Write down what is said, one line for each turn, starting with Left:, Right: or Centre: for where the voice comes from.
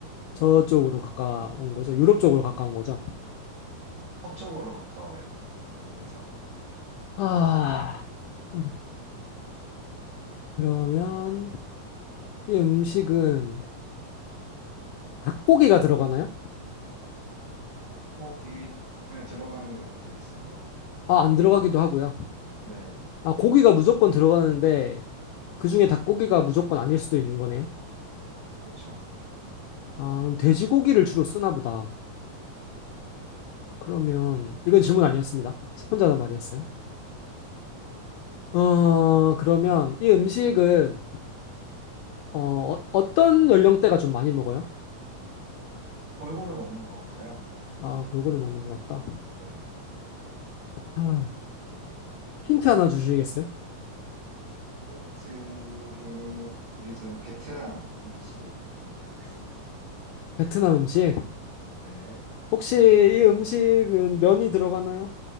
Left: 저쪽으로 가까운 거죠. 유럽 쪽으로 가까운 거죠.
Right: 서쪽으로 가까워요. 중국에서.
Left: 아, 어렵- 그러면 이 음식은 닭고기가 들어가나요?
Right: 닭고기 네, 들어가는 경우도 있어요.
Left: 아, 안 들어가기도 하고요.
Right: 네,
Left: 아, 고기가 무조건 들어가는데 그중에 닭고기가 무조건 아닐 수도 있는 거네요.
Right: 그렇죠.
Left: 아, 그럼 돼지고기를 주로 쓰나 보다.
Right: 어,
Left: 그러면 이건 질문 아니었습니다. 혼자 다 말이었어요. 어, 그러면 이 음식은 어, 어, 떤 연령대가 좀 많이 먹어요?
Right: 골고루 먹는 것 같아요.
Left: 아, 골고루 먹는 것 같다.
Right: 네.
Left: 아, 힌트 하나 주시겠어요?
Right: 힌트를 드리자면 베트남 음식입니다.
Left: 베트남 음식.
Right: 네,
Left: 혹시 이 음식은 면이 들어가나요?